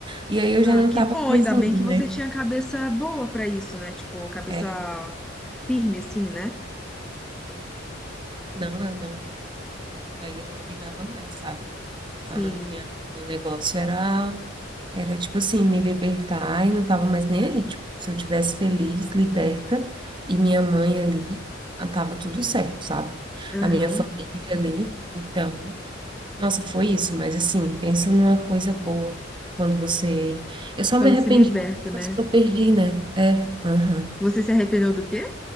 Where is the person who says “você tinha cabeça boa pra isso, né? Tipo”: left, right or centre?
Centre